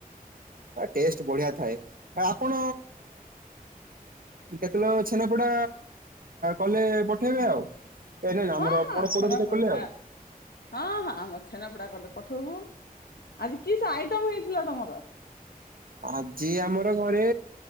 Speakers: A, on the right; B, on the left.
A: ଟ ଟେଷ୍ଟ ବଢିଆ ଥାଏ ଆପଣ କେତେବେ ଛେନାପୋଡ କଲେ ପଠେଇବେ ଆଉ ନାଇ ନାଇଁ
B: ହଁ
A: ଆମର
B: ହଁ
A: ପୋଡ଼
B: ଛେନାପୋଡ଼
A: ପୋଡ ପିଠା କଲେ
B: ଛା
A: ଆଉ।
B: ହଁ ହଁ ଆମ ଛେନାପଡା କଲେ ପଠବୁ। ଆଜି କି ସ ଆଇଟମ ହେଇଥିଲା ତମର?
A: ଆଜି ଆମର ଘରେ